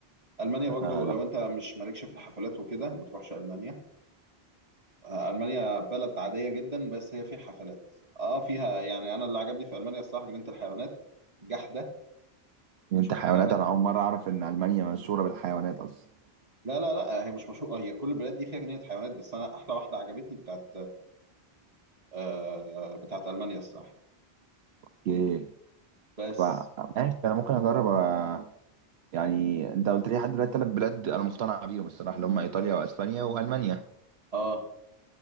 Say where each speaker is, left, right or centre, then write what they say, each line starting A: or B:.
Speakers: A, on the right; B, on the right.
A: المانيا برضو
B: آه لا
A: لو انت مش مالكش في الحفلات وكده ما تروحش المانيا آه، المانيا بلد عادية جدا بس هي فيها حفلات اه فيها يعني انا اللي عجبني في المانيا الصراحة جنينة الحيوانات جحدة
B: انت
A: شفت
B: حيوانات
A: حيوانات
B: انا اول مره اعرف ان المانيا مشهوره بالحيوانات اصلا
A: لا لا لا هي مش مشهورة هي كل البلاد دي فيها جنينة حيوانات بس انا احلى واحدة عجبتني بتاعت آه بتاعت المانيا الصراحة
B: اوكي
A: بس
B: فماشي انا ممكن اجرب آه، يعني انت قلت لي لحد دلوقتي ثلاث بلاد انا مقتنع بيهم الصراحه اللي هم ايطاليا واسبانيا والمانيا
A: اه